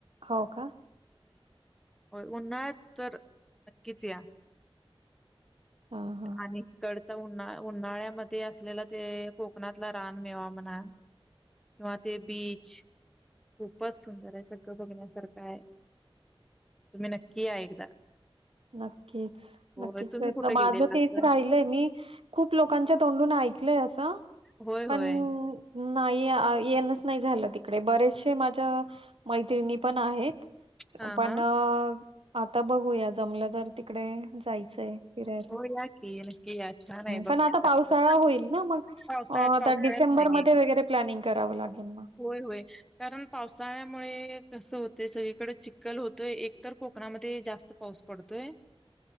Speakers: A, on the right; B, in the centre.
A: हो का
B: उन्हाळ्यात तर नक्कीच या
A: हा हा
B: आणि कड उन्हा उन्हाळ्यामध्ये असलेला ते कोकणातला रान मेवा म्हणा किंवा ते बीच खूपच सुंदर आहे सगळं बघण्यासारखं आहे तुम्ही नक्की या एकदा.
A: नक्कीच
B: होय
A: नक्कीच
B: तुम्ही
A: प्रयत्न
B: कुठे
A: माझं
B: गेलेला
A: तेच
B: असाल?
A: राहिलय मी खूप लोकांच्या तोंडून ऐकलय असं
B: होय होय
A: पण नाही येणच नाही नाही झालं तिकडे बरेचशे माझ्या मैत्रिणी पण आहेत
B: हा
A: पण
B: हा.
A: आता बघूया जमलं तर तिकडे जायचंय फिरायला
B: हो या की नक्की या छान आहे बघण्यासारखं.
A: पण आता पावसाळा होईल ना मग
B: पावसाळ्यात
A: आता
B: पावसाळ्यात
A: डिसेंबरमध्ये
B: नाही
A: वगैरे प्लॅनिंग करावं लागेल मग
B: होय होय कारण पावसाळ्यामुळे कसं होतय सगळीकडे चिक्कल होतोय एक तर कोकणामध्ये जास्त पाऊस पडतोय